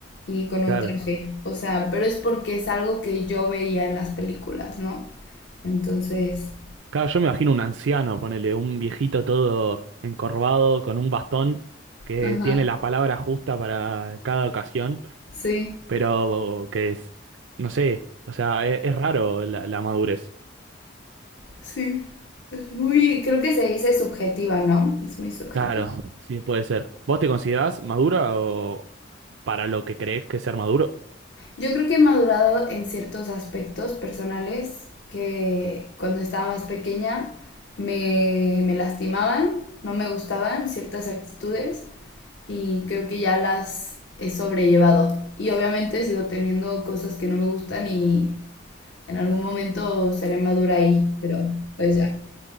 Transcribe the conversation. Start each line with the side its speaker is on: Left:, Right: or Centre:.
Left: y con un
Right: Claro.
Left: traje. O sea, pero es porque es algo que yo veía en las películas, ¿no? Entonces,
Right: Claro, yo me imagino un anciano, ponele, un viejito todo encorvado con un bastón que
Left: ajá,
Right: tiene la palabra justa para cada ocasión,
Left: sí,
Right: pero que es, no sé, o sea, e- es, raro la, la madurez.
Left: sí. Es Muy, creo que se dice subjetiva, ¿no? Es muy subjetiva.
Right: Claro, sí, puede ser. ¿Vos te considerás madura o para lo que crees que es ser maduro?
Left: Yo creo que he madurado en ciertos aspectos personales que cuando estaba más pequeña me, me lastimaban, no me gustaban ciertas actitudes y creo que ya las he sobrellevado. Y obviamente sigo teniendo cosas que no me gustan y en algún momento seré madura ahí, pero pues ya.